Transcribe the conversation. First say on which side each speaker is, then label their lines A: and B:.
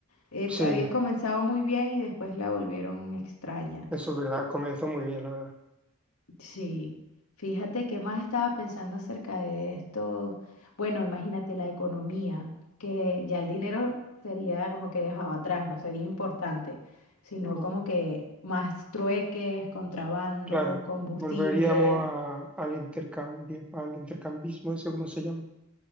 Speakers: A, on the left (about 85°); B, in the centre.
A: Eh,
B: Sí,
A: había comenzado muy bien y después la volvieron extraña.
B: eso es verdad, comenzó muy bien, la verdad.
A: Sí, fíjate que más estaba pensando acerca de esto. Bueno, imagínate la economía, que ya el dinero sería como que dejado atrás, no sería importante, sino
B: No,
A: como que más trueques, contrabando,
B: claro,
A: combustible.
B: volveríamos a- al intercambio, al intercambismo, eso cómo se llama,